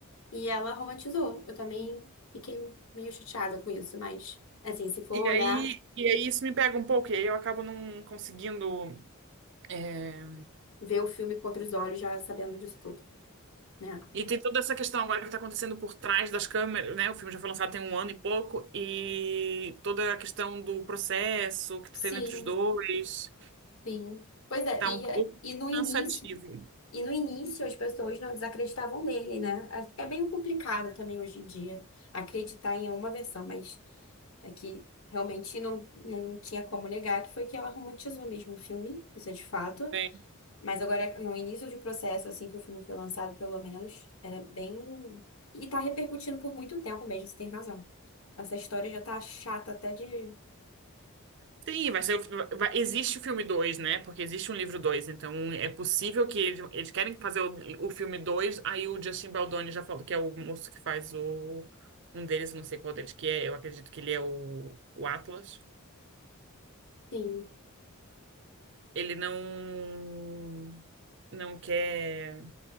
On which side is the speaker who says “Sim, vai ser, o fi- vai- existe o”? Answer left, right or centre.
Right